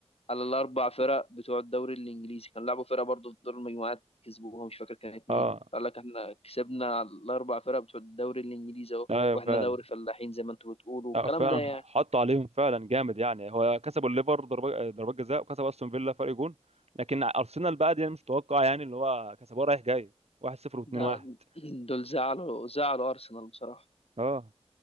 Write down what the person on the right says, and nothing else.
اه
ايوه
فعلا
اه فعلا
حطوا عليهم فعلا جامد يعني هو كسبوا الليفر ضربات ضربات جزاء وكسب استون فيلا فرق جون لكن ارسنال بقى دي أنا مش متوقع يعني اللي هو كسبوها رايح جاي 1-0 و2-1
اه